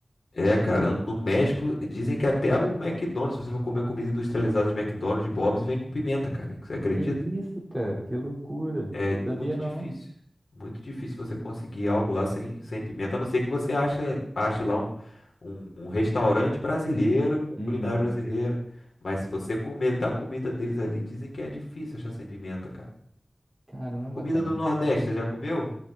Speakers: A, on the left (about 75°); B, in the centre.
A: É, cara, no México dizem que até o McDonald's, se você for comer comida industrializada de McDonald's, de Bob's, vem com pimenta, cara. Você acredita?
B: Que isso, cara? Que loucura.
A: É
B: Não
A: muito
B: sabia não.
A: difícil. Muito difícil você conseguir algo lá sem, sem pimenta, a não ser que você ache, ache lá um, um, um restaurante brasileiro com
B: Uhum.
A: culinária brasileira. Mas se você comer da comida deles ali, dizem que é difícil achar sem pimenta, cara.
B: Caramba,
A: Comida
B: cara.
A: do
B: muito-
A: Nordeste, você já comeu?